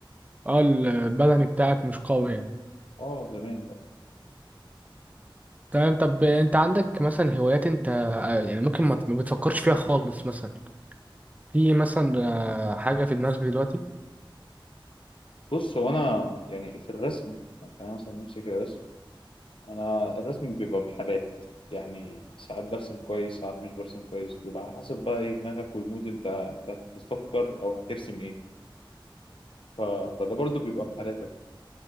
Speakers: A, on the right; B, on the left.
A: اه البدني بتاعك مش قوي يعني
B: اه زمان بقى
A: تمام طب انت عندك مثلا هوايات انت آه، يعني ممكن ما ما بتفكرش فيها خالص مثلا في مثلا آه، حاجة في دماغك دلوقتي
B: بص هو انا يعني في الرسم يعني انا مثلا نمسك الرسم انا الرسم بيبقى بحالات يعني ساعات برسم كويس ساعات مش برسم كويس بيبقى على حسب بقى ايه دماغك والمود انت انت بتفكر او هترسم ايه ف... فده برضو بيبقى بحالاتك